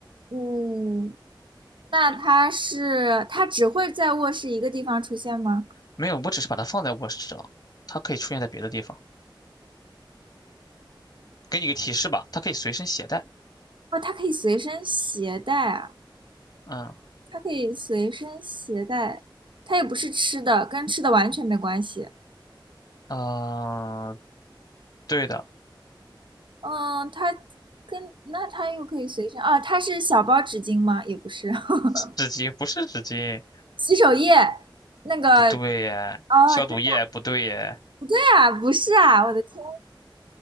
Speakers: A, on the right; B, on the left.
A: 嗯，那它是它只会在卧室一个地方出现吗？
B: 没有，我只是把它放在卧室了，它可以出现在别的地方。给你个提示吧，它可以随身携带。
A: 哦，它可以随身携带啊，
B: 嗯，
A: 它可以随身携带，它也不是吃的，跟吃的完全没关系。
B: 呃，对的，
A: 嗯，它跟那它又可以随身啊，它是小包纸巾吗？也不是，<laughs>
B: 纸巾不是纸巾，
A: 洗手液那个
B: 不对耶，
A: 哦，
B: 消毒液不对耶，
A: 真的呀，不是啊，我的天，